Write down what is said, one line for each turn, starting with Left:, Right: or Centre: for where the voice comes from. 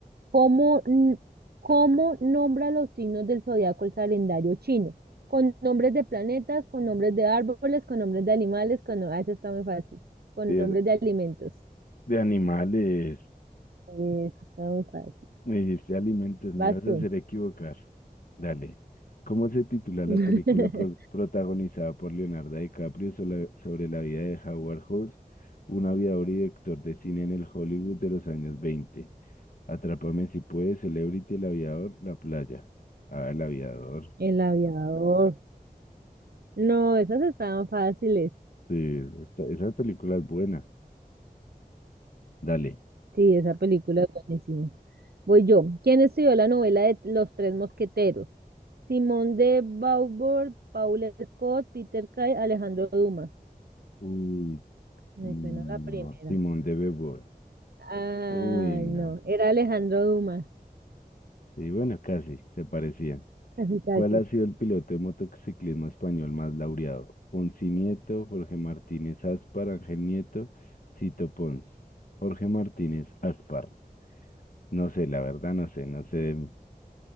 Right: ¿Cómo, n- cómo nombra los signos del zodiaco el calendario chino? Con nombres de planetas, con nombres de árboles, con nombres de animales, con... no- Ah, eso está muy fácil. Con
Left: De,
Right: nombres de alimentos.
Left: de animales.
Right: Eh, Eso está muy fácil.
Left: Me dijiste alimentos, me
Right: Vas
Left: ibas
Right: tú.
Left: a hacer equivocar. Dale. ¿Cómo se titula
Right: <laughs>
Left: la película pro- protagonizada por Leonardo DiCaprio sola- sobre la vida de Howard Hughes un aviador y director de cine en el Hollywood de los años veinte Atrápame si puedes, Celebrity, El aviador, La playa. Ah, El aviador.
Right: El aviador. No, esas estaban fáciles.
Left: Sí, esa, esa película es buena. Dale.
Right: Sí, esa película es buenísima. Voy yo. ¿Quién estudió la novela de Los Tres Mosqueteros? Simón de Beauvoir, Paul Scott, Peter Kay, Alejandro Dumas.
Left: Uy,
Right: Me
Left: no,
Right: suena la primera.
Left: Simón de Beauvoir.
Right: Ay,
Left: Uy, no.
Right: no, era Alejandro Dumas,
Left: Sí, bueno, casi, se parecían.
Right: Casi, casi.
Left: ¿Cuál ha sido el piloto de motociclismo español más laureado? Fonsi Nieto, Jorge Martínez Aspar, Ángel Nieto, Cito Pons. Jorge Martínez Aspar. No sé, la verdad no sé, no sé.